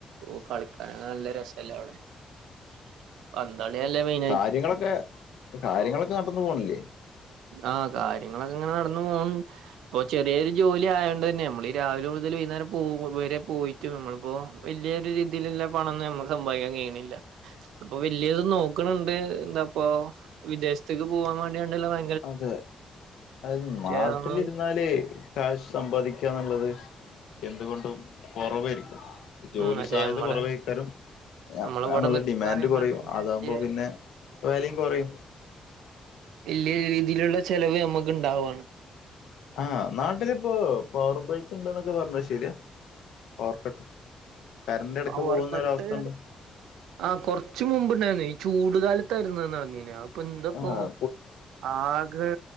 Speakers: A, on the right (about 90°); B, on the left (about 80°).
A: ഓഹ് കളിക്കൻ നല്ല രസല്ലവടെ ഉം പന്തള്യല്ലേ മെയിൻ
B: കാര്യങ്ങളൊക്കെ കാര്യങ്ങളൊക്കെ നടന്ന് പോണില്ലേ?
A: ആഹ് കാര്യങ്ങളൊക്കെ ങ്ങനെ നടന്ന് പോകുന്നു. ഇപ്പോ ചെറിയൊരു ജോലി ആയോണ്ടെന്നെ നമ്മളീ രാവിലെ കൂടുതൽ വൈകുന്നേരം പോ വരെ പോയിട്ടും നമ്മളിപ്പോ വലിയൊരു രീതിയിലുള്ള പണമൊന്നും നമ്മക്ക് സമ്പാദിക്കാൻ കഴിയിണില്ല ഇപ്പൊ വലിയത് നോക്ക്ണണ്ട് എന്താപ്പ വിദേശത്തേക്ക് പോവാൻ വേണ്ടിയണ്ടല്ലോ വ
B: അതെ അത് നാട്ടിലിരുന്നാല്
A: അതൊന്നും
B: കാശ് സമ്പാദിക്കാ ന്ന്ള്ളത് എന്തുകൊണ്ടും കൊറവായിരിക്കും ജോലി
A: ഉം അതെ
B: സാധ്യത
A: നമ്മളെ
B: കൊറവേക്കാരം
A: നമ്മളിവിടെ
B: നമ്മെള
A: നിക്കാ
B: ഡിമാൻഡ്
A: പറയുമ്പോ
B: കൊറയും
A: തന്നെ
B: അതാവു
A: വലിയ
B: മ്പോ പിന്നെ പ്പ വെലിം കോറിം
A: ല്ല്യേ രീതില്ള്ള ചെലവ് നമ്മക്ക് ണ്ടാവാണ്
B: ആഹ് നാട്ടിലിപ്പോ പവർ ബ്രേക്ക് ഉണ്ട് ന്നക്കെ പറഞ്ഞത് ശരിയാ പവർ കട്ട് കറന്റ് ഇടക്ക്
A: പവർക്കട്ട്
B: പോകുന്ന ഒരവസ്ഥ ഉണ്ട്
A: ആഹ് കൊറച്ച് മുമ്പ്ണ്ടായിന്ന് ഈ ചൂടു കാലത്തായിരുന്നന്ന് നടന്നീന്ന് പെന്തപ്പോ
B: ആഹ്
A: ആകെ